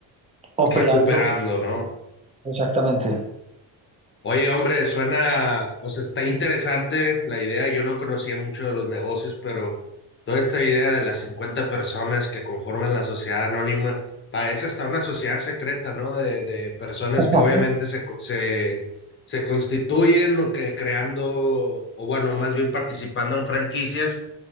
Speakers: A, on the right; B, on the left.
A: operando.
B: recuperando, ¿no?
A: Exactamente.
B: Oye, hombre, suena, o sea, está interesante la idea. Yo no conocía mucho de los negocios, pero toda esta idea de las 50 personas que conforman la sociedad anónima, parece hasta una sociedad secreta, ¿no? De, de personas
A: <laughs>
B: que obviamente se, co- se, se constituyen o que creando, o bueno, más bien participando en franquicias,